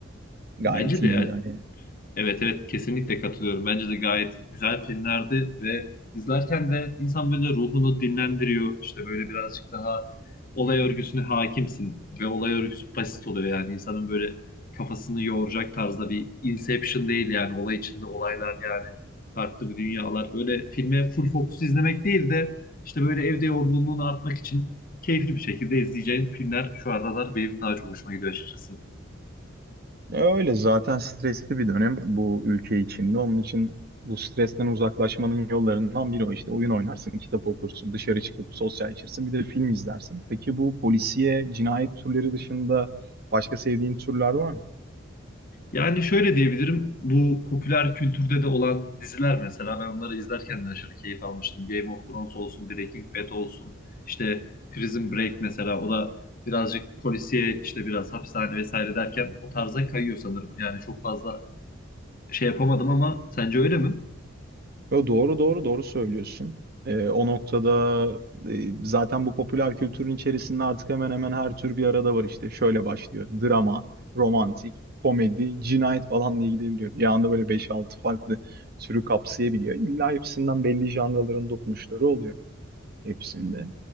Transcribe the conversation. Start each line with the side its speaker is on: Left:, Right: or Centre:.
Right: Gayet
Left: Bence
Right: iyiydi
Left: de ya
Right: hani.
Left: Evet evet kesinlikle katılıyorum. Bence de gayet güzel filmlerdi ve izlerken de insan böyle ruhunu dinlendiriyor. İşte böyle birazcık daha olay örgüsüne hakimsin ve olay örgüsü basit oluyor yani insanın böyle kafasını yoğuracak tarzda bir Inception değil yani olay içinde olaylar yani farklı bir dünyalar. Böyle filme full fokus izlemek değil de işte böyle evde yorgunluğunu atmak için keyifli bir şekilde izleyeceğin filmler şu aralar benim daha çok hoşuma gidiyor açıkçası.
Right: Ya öyle zaten stresli bir dönem bu ülke içinde. Onun için bu stresten uzaklaşmanın yollarından biri o işte. Oyun oynarsın, kitap okursun, dışarı çıkıp sosyalleşirsin, bir de film izlersin. Peki bu polisiye, cinayet türleri dışında başka sevdiğin türler var mı?
Left: Yani şöyle diyebilirim. Bu popüler kültürde de olan diziler mesela ben onları izlerken de aşırı keyif almıştım. Game of Thrones olsun, Breaking Bad olsun, işte Prison Break mesela o da birazcık polisiye işte biraz hapishane vesaire derken o tarza kayıyor sanırım. Yani çok fazla şey yapamadım ama sence öyle mi?
Right: Yo, doğru doğru doğru söylüyorsun. Ee, o noktada e, zaten bu popüler kültürün içerisinde artık hemen hemen her tür bir arada var işte. Şöyle başlıyor. Drama, romantik, komedi, cinayet falan diye gidebiliyor. Bir anda böyle beş altı farklı türü kapsayabiliyor. İlla hepsinden belli janraların dokunuşları oluyor hepsinde.